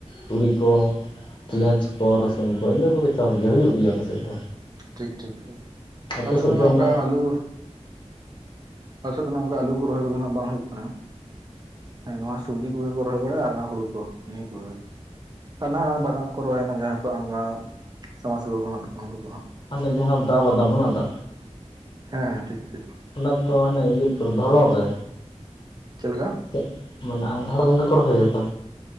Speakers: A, on the left (about 40°); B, on the right (about 35°).
A: ᱛᱩᱲᱤ ᱠᱚ ᱯᱮᱸᱭᱟᱡᱽ
B: ᱦᱮᱸ
A: ᱠᱚ ᱨᱟᱹᱥᱩᱱ ᱠᱚ ᱤᱱᱟᱹ ᱠᱚᱜᱮ ᱪᱟᱥ ᱜᱮᱭᱟ ᱦᱩᱭᱩᱜ ᱜᱮᱭᱟ ᱟᱞᱮᱥᱮᱫ ᱫᱚ᱾
B: ᱴᱷᱤᱠ ᱴᱷᱤᱠ
A: ᱟᱯᱮ
B: ᱟᱞᱮ ᱥᱮᱱ
A: ᱥᱮᱫ
B: ᱫᱚ ᱚᱝᱠᱟ
A: ᱚᱱᱟ
B: ᱟᱞᱩ ᱟᱞᱮ ᱥᱮᱫ ᱫᱚ ᱱᱚᱝᱠᱟ ᱟᱹᱞᱩ ᱠᱚ ᱨᱚᱦᱚᱭ ᱠᱚᱫᱚ ᱱᱟᱜ ᱵᱟᱝ ᱦᱩᱭᱩᱜ ᱠᱷᱟᱱᱟ ᱦᱮᱸ ᱱᱚᱶᱟ ᱥᱚᱵᱡᱤ ᱠᱚᱜᱮ ᱠᱚ ᱨᱚᱦᱚᱭ ᱵᱟᱲᱟᱭᱟ ᱟᱨ ᱚᱱᱟ ᱦᱩᱲᱩ ᱠᱚ ᱱᱤᱭᱟᱹ ᱠᱚᱜᱮ, ᱟᱨ ᱱᱟᱜ ᱚᱱᱟ ᱵᱟᱫᱟᱢ ᱠᱚ ᱨᱚᱦᱚᱭᱟ ᱱᱟᱜ ᱡᱟᱦᱟᱸᱭ ᱠᱚᱣᱟᱜ ᱚᱱᱠᱟ ᱥᱟᱢᱟᱨᱥᱵᱟ ᱠᱚ ᱢᱮᱱᱟᱜ ᱛᱟᱠᱚᱣᱟ ᱩᱱᱠᱩ ᱠᱚ ᱦᱟᱸᱜ
A: ᱦᱟᱱᱮ ᱡᱟᱦᱟᱸ ᱫᱟᱽ ᱵᱟᱫᱟᱢ ᱚᱱᱟᱴᱟᱜ?
B: ᱦᱮᱸ ᱦᱮᱸ ᱴᱷᱤᱠ ᱴᱷᱤᱠ
A: ᱚᱱᱟ ᱛᱚ ᱦᱟᱱᱮ ᱤᱭᱟᱹ ᱫᱷᱚᱨᱚᱱ ᱨᱮ
B: ᱪᱮᱜ ᱞᱮᱠᱟ?
A: ᱪᱮᱫ ᱢᱟᱱᱮ ᱟᱸᱜᱷᱟᱲ ᱵᱚᱸᱜᱟ ᱠᱚ ᱨᱚᱦᱚᱭᱟ ᱛᱚ?